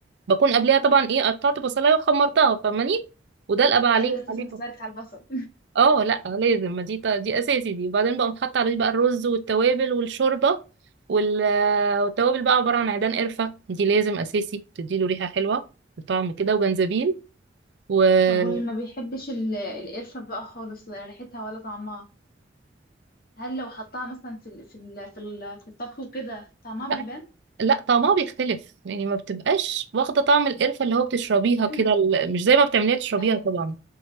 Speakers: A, on the right; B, on the left.
A: بكون قبلها طبعا ايه قطعت بصلاية وحمرتها فاهماني ودلقة بقى عليه
B: ايوه كنت
A: عليه
B: لسه هسألك على البصل
A: اه لا لازم ما دي دي اساسي دي وبعدين بقوم حاطه عليه بقى الرز والتوابل والشوربه وال... والتوابل بقى عباره عن عيدان قرفه دي لازم اساسي بتديله ريحه حلوه وطعم كده وجنزبيل وهي
B: <laughs> طب واللي ما بيحبش ال- القرفة بقى خالص ولا ريحتها ولا طعمها هل لو حطها مثلا في ال في ال في, ال في الطبخ وكده طعمها بيبان
A: لا لا طعمها بيختلف يعني ما بتبقاش واخده طعم القرفه اللي هو بتشربيها
B: <clears throat>
A: كده ال- مش زي ما بتعمليها تشربيها
B: ايوه
A: طبعا